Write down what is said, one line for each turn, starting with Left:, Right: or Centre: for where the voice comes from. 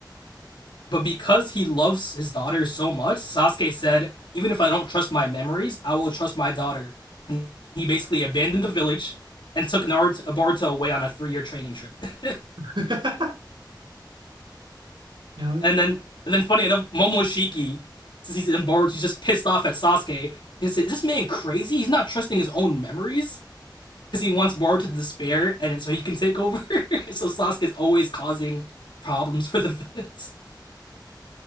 Left: But because he loves his daughter so much, Sasuke said, Even if I don't trust my memories, I will trust my daughter. And he basically abandoned the village and took Naruto, Boruto away on a three year training trip. <laughs>
Right: <laughs> you know,
Left: And then, and then funny enough, Momoshiki, since he's in Boruto, he's just pissed off at Sasuke. He said, Is this man crazy? He's not trusting his own memories because he wants Boruto to despair and so he can take over. <laughs> so Sasuke's always causing problems for the <laughs> villains.